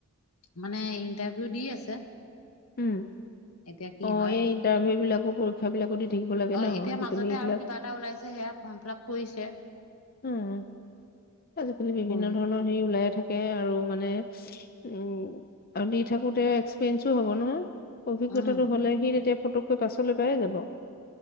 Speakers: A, on the left; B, on the left.
A: মানে ইন্টাৰভিউ দি আছে?
B: উম
A: এতিয়া কি
B: অ
A: হয়।
B: এই ইণ্টাৰভিউ বিলাকো পৰীক্ষা বিলাকো দি থাকিব লাগে
A: অ
B: ন
A: এতিয়া
B: আজিকালি
A: মাজতে
B: এইবিলাক
A: আৰু কিবা এটা ওলাইছে সেয়া ফ্ৰম ফিলাপ কৰিছে।
B: উম আজিকালি বিভিন্ন
A: কৰি
B: ধৰণৰ হেৰি ওলাই থাকে আৰু মানে উ আৰু দি থাকোতে এক্সপেঞ্চো হব নহয়। অভিজ্ঞতাটো
A: উম
B: হলে সি তেতিয়া ফটককৈ পাছলৈ পায়ে যাব।